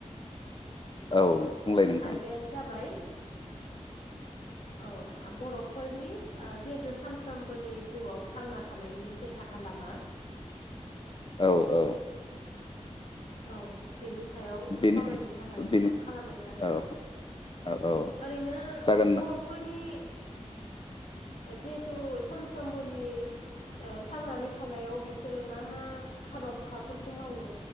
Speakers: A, on the left (about 45°); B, on the left (about 70°).
A: औ बुंलाय
B: अ
A: नोंथां
B: आयदायानो जाबाय औ बर'फोरनि जिहेथु सानफ्रोमबोनि जिउआव थांना थानायनि जे राहा लालाम मा?
A: औ औ।
B: औ बेनि सायाव
A: बेनो
B: सावरायनो थाखाय
A: बेनो
B: कल खालामनाय जादों
A: औ
B: आरो
A: औ औ
B: ओरैनो
A: जागोन
B: बर'फोरनि जिहेतु सनफ्रामबोनि थांनानै थानायाव बिसोरो मा मा हाबा हुखाफोरखौ मावो